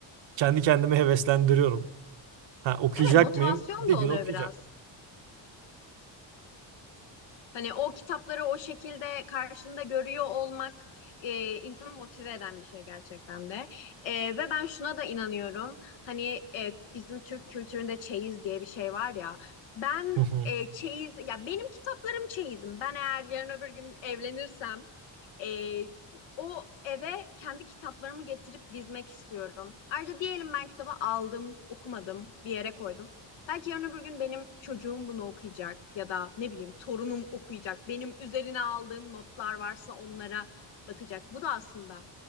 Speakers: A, on the right; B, on the left.
A: kendi kendime heveslendiriyorum. Ha, okuyacak
B: Evet, motivasyon
A: mıyım? Bir
B: da
A: gün
B: oluyor
A: okuyacağım.
B: biraz. Hani o kitapları o şekilde karşında görüyor olmak e, insanı motive eden bir şey gerçekten de. E, ve ben şuna da inanıyorum. Hani e, bizim Türk kültüründe çeyiz diye bir şey var ya. Ben
A: Hı hı.
B: e, çeyiz, ya benim kitaplarım çeyizim. Ben eğer yarın öbür gün evlenirsem e, o eve kendi kitaplarımı getirip dizmek istiyorum. Ayrıca diyelim ben kitabı aldım, okumadım, bir yere koydum. Belki yarın öbür gün benim çocuğum bunu okuyacak ya da ne bileyim torunum okuyacak. Benim üzerine aldığım notlar varsa onlara bakacak. Bu da aslında